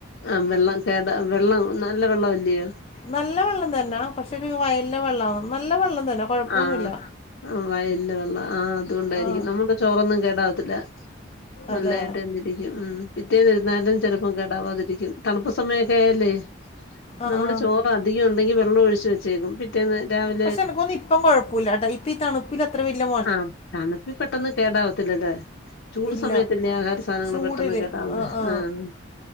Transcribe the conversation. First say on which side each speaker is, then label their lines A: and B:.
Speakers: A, on the left; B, on the left.
A: ആഹ് വെള്ളം കേട വെള്ളം നല്ല വെള്ളം അല്ലയോ
B: നല്ല വെള്ളം തന്നാ പക്ഷെ ഒരു വയലിലെ വെള്ളാവും നല്ല വെള്ളം തന്നെ കുഴപ്പമൊന്നുമില്ല
A: ആഹ് വയലിലെവെള്ളാവു ആഹ് വയലിലെ വെള്ളം ആഹ് അതുകൊണ്ടായിരിക്കും
B: ആ
A: നമ്മുടെ ചോറൊന്നും കേടാവത്തില്ല നല്ലതായിട്ട്
B: അതെ
A: തന്നെ ഇരിക്കും ഉം പിറ്റേന്നിരുന്നാലും ചിലപ്പം കേടാവാതിരിക്കും തണുപ്പ് സമയവൊക്കെ ആയാല്ലേ
B: ആ
A: നമ്മള്
B: ആ
A: ചോറ് അധികം ഉണ്ടെങ്കി വെള്ളം ഒഴിച്ച് വെച്ചേക്കും പി റ്റേന്ന് രാവിലെ
B: പക്ഷെ എനിക്ക് തോന്ന്‌ ഇപ്പം കുഴപ്പവില്ല കേട്ടാ ഇപ്പ ഈ തണുപ്പിൽ അത്ര വല്യ
A: ആഹ് തണുപ്പിൽ പെട്ടന്ന് കേടാവത്തില്ലടെ ചൂട്
B: ഇല്ല
A: സമയത്തല്ലേ ആഹാര സാധനങ്ങള്
B: ചൂടില്
A: പെട്ടെന്ന് കേടാവുന്നെ
B: ആ ആ
A: ആഹ്